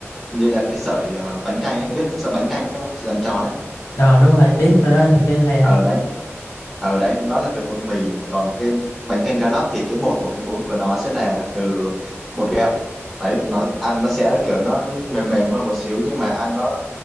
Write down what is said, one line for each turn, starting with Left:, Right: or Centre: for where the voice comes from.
Centre: như là cái sợi ờ, bánh canh ấy em biết sợi bánh canh đúng không chỉ làm tròn đấy
Left: Đó đúng rồi em biết rồi đó thì cái hay ăn.
Centre: ở đấy ở đấy nó là từ bột mì còn cái bánh canh cá lóc thì cái bột của cái bún của nó sẽ là từ bột gạo đấy nó ăn nó sẽ kiểu nó mềm mềm hơn một xíu nhưng mà ăn nó